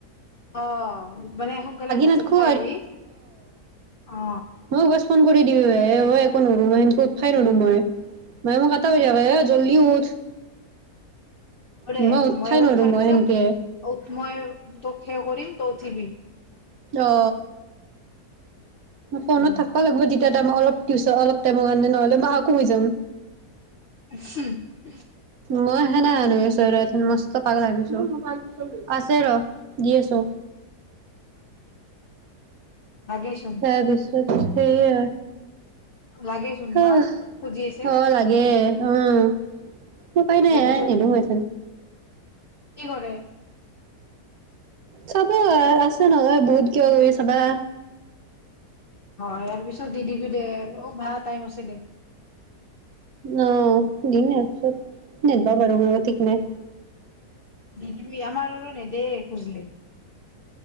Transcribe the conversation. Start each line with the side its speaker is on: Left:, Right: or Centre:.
Left: অ মানে সোনকালে ভাত
Right: নাথখো
Left: চাত খাই আহি, অ
Right: মই ৱাচ ফোন কৰি দিওঁ এ, মই একো নৰো মই সেনেকে উঠাবই নৰো, মই মাই মোক উঠবই নোৱাৰো হে এ জল্দি উঠ।
Left: হ'ব দে
Right: মই উঠবাই
Left: ময়ো
Right: নোৱাৰো
Left: উঠাৰ
Right: মই
Left: পিছত
Right: সেনকে
Left: উঠ মই তোক সে কৰিম টিভি
Right: অ ফোনত
Left: উম,
Right: থাকবা লাগিব যেতিয়া মই অলপ পিছত, অলপ টাইমৰ কাৰণে নহলে মই আকৌ শুই যাম।
Left: হম <unintelligible>
Right: মই সেনাই আনো ওচৰত মস্ত পাগলা হয় গৈছোঁ। আছে ৰ দি আছো
Left: লাগেচোন
Right: তাৰপিছত সেইয়া,
Left: লাগেচোন ন
Right: অহ
Left: খুজি আছে
Right: অ লাগে উম উপাই নাই
Left: ইয়াৰ
Right: অ
Left: পিছত
Right: নিদো হেতেন
Left: কি কৰে?
Right: চাব আছে নহয়, বহুত কিবা কিবি চাবা।
Left: হয় ইয়াৰ পিছত দি দিবি দে, অ ভাই টাইম আছে দে
Right: অ দিমে আছো, নিদিব পাৰো মোৰ ঠিক নাই।
Left: দি দিবি, আমাৰ নেদিয়ে খুজিলে